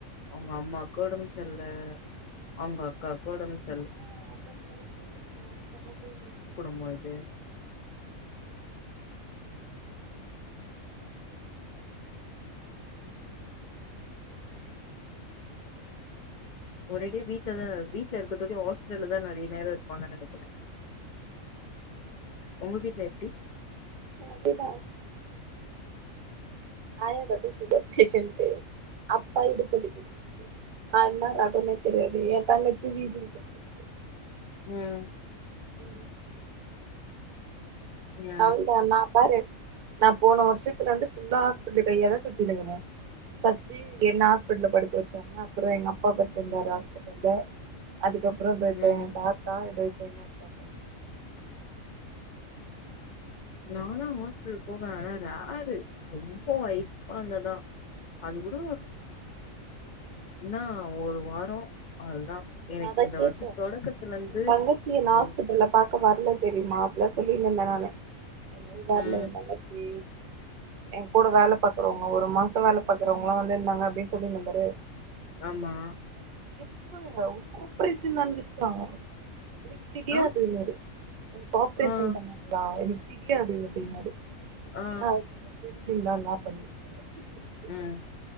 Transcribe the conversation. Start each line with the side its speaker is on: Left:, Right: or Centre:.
Left: அவுங்க அம்மாக்கு ஒடம்பு செர்ல அவுங்க அக்காக்கு ஒடம்பு செ
Right: அ அவ அக்காக்கு வேற பீரியட்ஸ் மேம் சப்போட்டே இல்ல அதுக்கு
Left: சும்மாய்த்தே ஒரே அடியா வீட்ல தா வீட்ல இருக்குறது தோடியு ஹாஸ்பிட்டல்ல தா நெறைய நேரோ இருப்பாங்கன்னு நெனைக்குறே உங்க வீட்ல எப்டி
Right: நா அதேதா ஆயாவந்து சுகர் பேசன்ட்டு அப்பா இடுப்புவலி பேசன்ட்டு நா என்னா ரகோன்னே தெரியாது ஏ தங்கச்சி வீசிங் பேசன்ட்
Left: ம்
Right: ம்
Left: யா
Right: அவ்ளோதா நா பாரு நா போன வருஷத்துல இருந்து ஃபுல்லா ஹாஸ்பிட்டல் கையாதா சுத்தின்னுயிருக்கே ஃபர்ஸ்ட்டு என்ன ஹாஸ்பிட்டல்ல படுக்க வச்சாங்க அப்பறோ எங்க அப்பா படுத்துருந்தாரு ஹாஸ்பிட்டல்ல அதுக்கப்பறோ இதோ இப்ப
Left: ம்
Right: ஏ தாத்தா இதோ இப்ப இன்னொரு தாத்தா
Left: நானு ஹாஸ்பிட்டல் போவே ஆனா ரேரு ரொம்ப வய்ப்பாயிருந்தா தா அது கூட இன்னா ஒரு வாரோ அவ்ளதா எனக்கு
Right: நா அதா
Left: இந்த
Right: கேட்டே
Left: வருஷ தொடக்கத்துல இருந்து
Right: உன் தங்கச்சிய நா
Left: அவ
Right: ஹாஸ்பிட்டல்ல பாக்க வர்ல தெரியுமா அப்புல்லா சொல்லின்னு இருந்த நானு எல்லய் வர்ல
Left: ம்
Right: ஓ தங்கச்சி ஏ கூட வேல பாக்குறவங்க ஒரு மாசோ வேல பாக்குறவங்கல்லா வந்து இருந்தாங்க அப்டின் சொல்லி இருந்தே பாரு
Left: ஆமா
Right: எப்ப உ கோப்ரேசன் நடந்துச்சா எனக்கு தெரியாதுன்னாரு
Left: ஆ
Right: அதுக்கு ஆப்ரேஷன்
Left: ஆ
Right: பண்ணாங் ளா எனக்கு தெரியாது அப்டின்னாரு
Left: ஆ
Right: நா அவசியோ தெரிஞ்சுருந்தா என்னாப் பண்ணுவீங்க ஏதாச்சு பேசுவாரு
Left: ம்